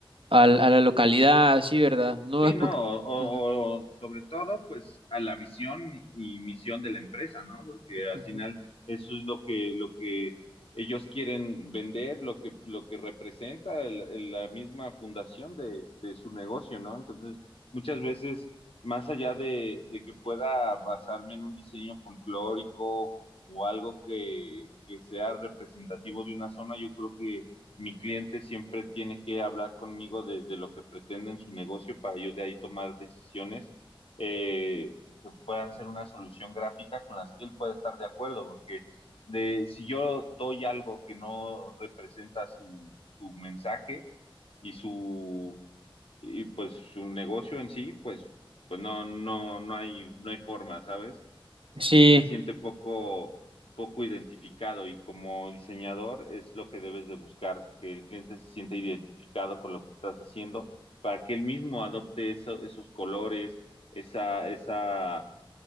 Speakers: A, on the right; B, on the left.
A: al, a la localidad, así, ¿verdad? No
B: Sí,
A: es porque...
B: no, o, o-
A: Ujú,
B: o sobre todo, pues a la visión y misión de la empresa, ¿no? Porque al
A: ujú.
B: final eso es lo que, lo que ellos quieren vender, lo que, lo que representa el- el- la misma fundación de, de su negocio, ¿no? Entonces, muchas veces, más allá de, de que pueda basarme en un diseño folclórico o algo que, que sea representativo de una zona, yo creo mi cliente siempre tiene que hablar conmigo de, de lo que pretende en su negocio para yo de ahí tomar decisiones eh, que puedan ser una solución gráfica con las que él pueda estar de acuerdo, porque de, si yo doy algo que no representa su, su mensaje y su y pues su negocio en sí, pues, pues no, no, no hay, no hay forma, ¿sabes?
A: Sí,
B: se siente poco, poco identificado y como diseñador es lo que debes de buscar, que el cliente se sienta identificado con lo que estás haciendo para que él mismo adopte eso- esos colores, esa, esa,